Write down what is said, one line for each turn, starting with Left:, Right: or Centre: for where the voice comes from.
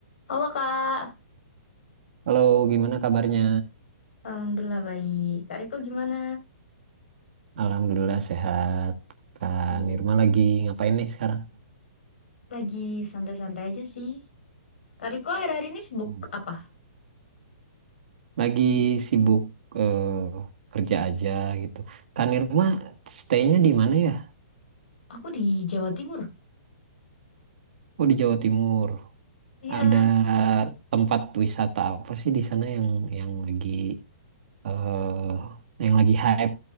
Left: Halo Kak,
Right: Halo, gimana kabarnya?
Left: Alhamdulillah baik. Kak Riko gimana?
Right: Alhamdulillah sehat. Kak
Left: Hmm.
Right: Nirma lagi ngapain nih sekarang?
Left: Lagi santai-santai aja sih. Kak Riko akhir-akhir ini sibuk
Right: Hmm.
Left: apa?
Right: Lagi sibuk eh, kerja aja gitu. Kak Nirma stay-nya di mana ya?
Left: Aku di Jawa Timur.
Right: Oh, di Jawa Timur.
Left: Iya,
Right: Ada tempat wisata apa sih di sana yang yang lagi eh yang lagi hype,